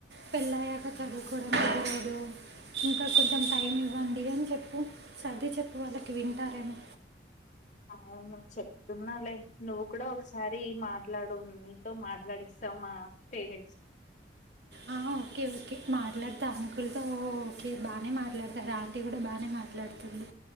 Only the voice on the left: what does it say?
అవును చెప్తున్నాాలే నువ్వు కూడా ఒకసారి మాట్లాడు నీతో మాట్లాడిస్తాను మా పేరెంట్స్ కి